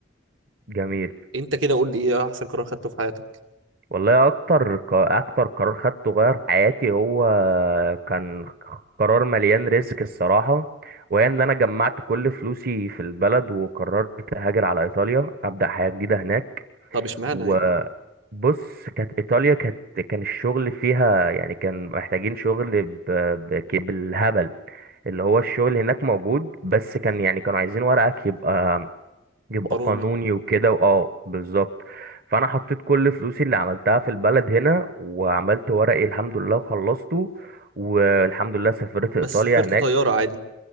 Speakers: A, on the right; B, on the right.
A: جميل
B: انت كده قول لي ايه احسن قرار خدته في حياتك
A: والله اكتر ق- اكتر قرار خدته غير حياتي هو كان قرار مليان ريسك الصراحه وهي ان انا جمعت كل فلوسي في البلد وقررت اهاجر على ايطاليا ابدا حياه جديده هناك
B: طب اشمعنى
A: وبص
B: يعني
A: كانت ايطاليا كانت كان الشغل فيها يعني كان محتاجين شغل ب... ب... ك- بالهبل اللي هو الشغل هناك موجود بس كان يعني كانوا عايزين ورقك يبقى يبقى
B: قاروني
A: قانوني وكده واه بالظبط فانا حطيت كل فلوسي اللي عملتها في البلد هنا وعملت ورقي الحمد لله وخلصته والحمد لله سافرت ايطاليا
B: بس سافرت
A: هناك
B: طياره عادي